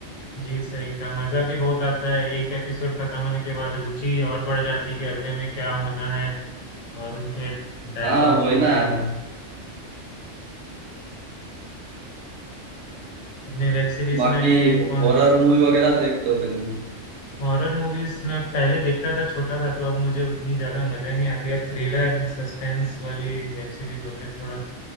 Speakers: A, on the left; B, on the right.
A: जी सही कहा मजा भी बहुत आता है एक एपिसोड खत्म होने के बाद रुचि और बढ़ जाती है कि अगले में क्या होना है और उनके डायलॉग्स
B: हाँ वही
A: वगैरह
B: ना यार
A: तो- अपने वेब सीरीज
B: बाकी
A: में
B: हॉरर
A: कौन
B: मूवी वगैरह देखते हो कहीं
A: हॉरर मूवीज में पहले देखता था छोटा था तो अब मुझे उतनी ज्यादा मजा नहीं आती अब थ्रिलर सस्पेंस वाली वेब सीरीज वगैरह थोड़ा